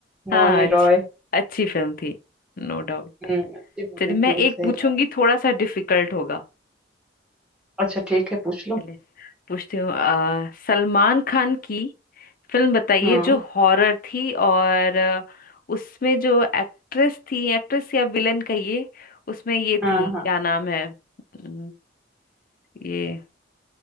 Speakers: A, on the left (about 45°); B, in the centre.
A: हाँ
B: मौनी
A: अच्छी
B: रॉय
A: अच्छी फिल्म थी नो डाउट
B: हम्म अच्छी मूवी
A: चलिए मैं
B: थी
A: एक
B: सही
A: पूछूंगी
B: बात।
A: थोड़ा सा डिफिकल्ट होगा
B: अच्छा ठीक है पूछ लो
A: चलिए पूछती हूँ आ, सलमान खान की फिल्म बताइए
B: हम्म
A: जो हॉरर थी और अ, उसमें जो एक्ट्रेस थी एक्ट्रेस या विलन कहिए उसमें ये
B: हाँ
A: थी
B: हाँ
A: क्या नाम है अम, ये